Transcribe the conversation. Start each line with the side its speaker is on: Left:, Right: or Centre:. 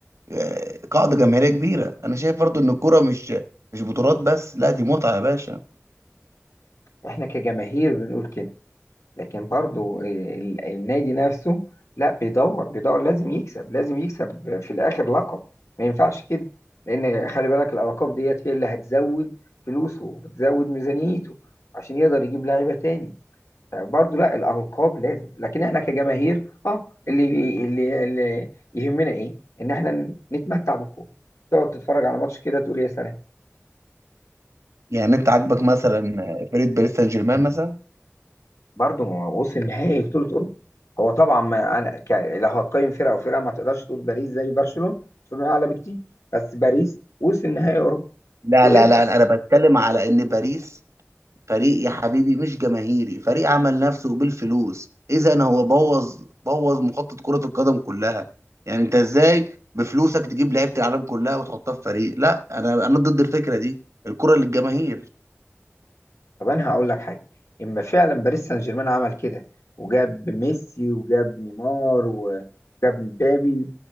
Right: آه، قاعده جماهيريه كبيره انا شايف برضه ان الكوره مش مش بطولات بس لا دي متعه يا باشا
Left: احنا كجماهير بنقول كده لكن برضو آه، ال- النادي نفسه لا بيدور بيدور لازم يكسب لازم يكسب في الاخر لقب ما ينفعش كده لان خلي بالك الالقاب ديت هي اللي هتزود فلوسه وتزود ميزانيته عشان يقدر يجيب لعيبه تاني فبرضو لا الالقاب لازم لكن احنا كجماهير اه اللي اللي, اللي يهمنا ايه ان احنا نتمتع بالكوره تقعد تتفرج على ماتش كده تقول يا سلام
Right: يعني انت عاجبك مثلا فريق باريس سان جيرمان مثلا؟
Left: برضه ما هو وصل نهائي بطولة أوروبا هو طبعا ما أنا ك... لو هتقيم فرقة وفرقة ما تقدرش تقول باريس زي برشلونة برشلونة أعلى بكتير بس باريس وصل نهائي أوروبا
Right: لا
Left: وإنتر
Right: لا لا لا، انا بتكلم على ان باريس فريق يا حبيبي مش جماهيري فريق عمل نفسه بالفلوس اذا هو بوظ بوظ مخطط كرة القدم كلها يعني انت ازاي بفلوسك تجيب لعيبة العالم كلها وتحطها في فريق لا انا انا ضد الفكرة دي الكرة للجماهير
Left: طب أنا هقول لك حاجة إما فعلا باريس سان جيرمان عمل كده وجاب ميسي وجاب نيمار و- وجاب مبابي